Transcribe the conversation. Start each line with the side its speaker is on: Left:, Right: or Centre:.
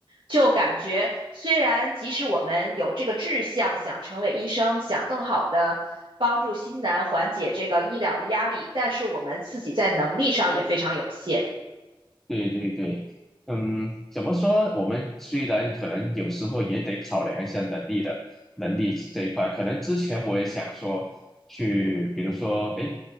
Right: 就感觉虽然即使我们有这个志向，想成为医生，想更好的帮助新西兰缓解这个医疗的压力，但是我们自己在能力上也非常有限。
Centre: 对对对，嗯，怎么说？我们虽然可能有时候也得考量一下能力的能力这一块，可能之前我也想说去，比如说，哎，